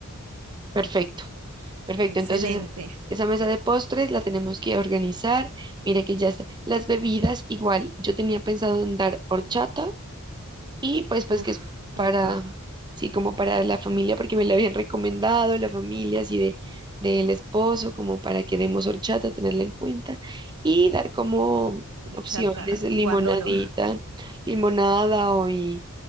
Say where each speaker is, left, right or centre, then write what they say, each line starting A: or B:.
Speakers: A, on the right; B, on the right.
A: Perfecto, perfecto.
B: Excelente.
A: Entonces, esa mesa de postres la tenemos que organizar. Mira que ya está. Las bebidas, igual, yo tenía pensado en dar horchata Y pues pues
B: Uf,
A: que es para,
B: rico.
A: sí, como para la familia, porque me la habían recomendado, la familia así de del esposo, como para que demos horchata, tenerla en cuenta, y dar como
B: Horchata,
A: opciones de limonadita,
B: guandolo.
A: limonada o y,